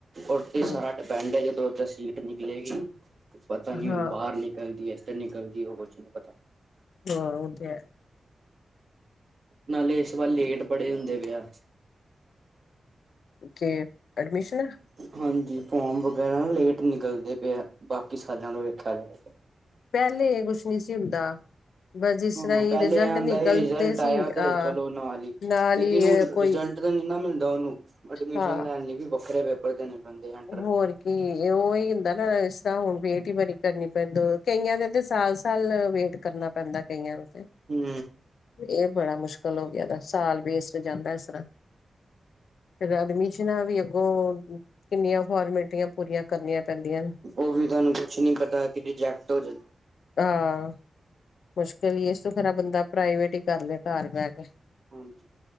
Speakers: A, on the right; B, on the left.
A: ਉਤੇ
B: ਹੂੰ
A: ਸਾਰਾ ਡਿਪੈਂਡ ਏ ਜਦੋਂ ਉਧਰ ਸੀਟ ਨਿਕਲੇਗੀ ਪਤਾ ਨੀ ਹੁਣ
B: ਹਾਂ
A: ਬਾਰ ਨਿਕ ਐਲ ਡੀ ਐਸ ਤੇ ਨਿਕਲਦੀ ਏ ਓ ਕੁਛ ਨੀ ਪਤਾ
B: ਹਾ ਓ ਤੇ ਹੈ।
A: ਨਾਲੇ ਏਸ ਵਾਰ ਲੇਟ ਬੜ੍ਹੇ ਹੁੰਦੇ ਵੇ ਆ।
B: ਕਿ ਐਡਮਿਸ਼ਨ
A: ਹਾਂਜੀ ਫੋਰਮ ਵਗੈਰਾ ਨਾ ਲੇਟ ਨਿਕਲਦੇ ਪਏ ਆ ਬਾਕੀ ਸਾਲਾਂ ਦਾ ਵੇਖਿਆ ਜਾਏ।
B: ਪੈਲੇ ਏ ਕੁਛ ਨੀ ਸੀ ਹੁੰਦਾ। ਬਸ ਜਿਸ
A: ਹੂੰ
B: ਤਰ੍ਹਾਂ ਹੀ
A: ਪੈਲੇ
B: ਰਿਜਲਟ
A: ਏ ਆਂਦਾ
B: ਨਿਕਲਦੇ
A: ਹੀ ਰਿਜਲਟ ਆਇਆ
B: ਸੀ ਅਹ
A: ਤੇ ਚਲੋ ਨਾਲ ਈ
B: ਨਾਲ
A: ਲੇਕਿਨ
B: ਹੀ
A: ਹੁਣ
B: ਕੋਈ
A: ਰਿਜਲਟ ਇਦੇ ਨਈ ਨਾ ਮਿਲਦਾ ਉਨੂੰ ਐਡਮਿਸ਼ਨ
B: ਹਾਂ
A: ਲੈਣ ਲਈ ਵੀ ਵੱਖਰੇ ਪੇਪਰ ਦੇਣੇ ਪੈਂਦੇ ਆ।
B: ਹੋਰ ਕੀ ਏ ਉਹੀ ਹੁੰਦਾ। ਇਸ ਤਰ੍ਹਾਂ ਹੁਣ ਵੇਟ ਈ ਬੜੀ ਕਰਨੀ ਪੈਂਦੀ ਕਈਆਂ ਦੇ ਤੇ ਸਾਲ-ਸਾਲ ਵੇਟ ਕਰਨਾ ਪੈਂਦਾ ਕਈਆਂ ਨੂੰ ਤੇ
A: ਹੂੰ
B: ਏ ਬੜਾ ਮੁਸ਼ਕਿਲ ਹੋ ਗਿਆ ਦਾ ਸਾਲ ਵੇਸਟ ਜਾਂਦਾ ਇਸ ਰ੍ਹਾਂ ਫਿਰ ਐਡਮਿਸ਼ਨਾਂ ਵੀ ਅੱਗੋਂ ਕਿੰਨੀਆਂ ਫੋਰਮੈਲਟੀਆਂ ਪੂਰੀਆਂ ਕਰਨੀਆਂ ਪੈਂਦੀਆਂ।
A: ਓ ਵੀ ਤੁਆਨੂੰ ਕੁਛ ਨੀ ਪਤਾ ਕਿ ਰਿਜੈਕਟ ਹੋ ਜੇ।
B: ਹਾਂ ਮੁਸ਼ਕਿਲ ਈ ਏ ਇਸ ਤੋਂ ਖਰਾ ਬੰਦਾ ਪ੍ਰਾਈਵੇਟ ਈ ਕਰ ਲਏ ਘਰ ਬੈ ਕੇ
A: ਹਾਂਜੀ